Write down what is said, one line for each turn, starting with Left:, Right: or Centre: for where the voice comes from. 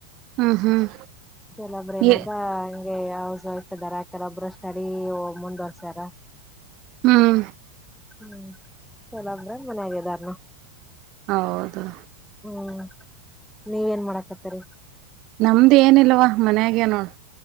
Right: ಹ್ಮ್ ಹ್ಮ್.
Centre: ಕೆಲಬ್ರ
Right: ನೀ
Centre: ಏನಾದ ಹಂಗೆಯ ಯಾವ್ ಸೊಯ್ತದಾರ ಕೆಲ ಒಬ್ಬ್ರ ಸ್ಟಡಿ ಒ ಮುಂದ್ವರ್ಸ್ಯಾರ.
Right: ಹ್ಮ್.
Centre: ಹಮ್ ಕೆಲವೊಬ್ಬರು ಮನ್ಯಾಗ್ ಇದಾರ್ ರಿ
Right: ಹೌದು.
Centre: ಹ್ಮ್ ನೀವೇನ್ ಮಾಡಕತ್ತರಿ.
Right: ನಮ್ದ್ ಏನಿಲ್ವಾ ಮನ್ಯಾಗೇ ನೋಡ್.